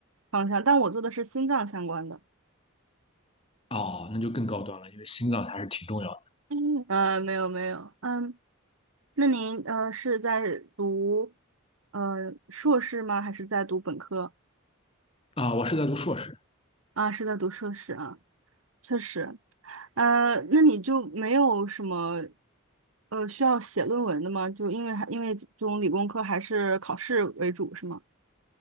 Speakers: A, on the right (about 85°); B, on the left (about 25°).
A: 方向，但我做的是心脏相关的。
B: 哦，那就更高端了，因为心脏还是挺重要的
A: 嗯，呃，没有没有，嗯，那您呃是在读呃硕士吗？还是在读本科？
B: 啊。我是在读硕士，
A: 啊，是在读硕士啊，确实，呃，那你就没有什么呃需要写论文的吗？就因为还因为这种理工科还是考试为主是吗？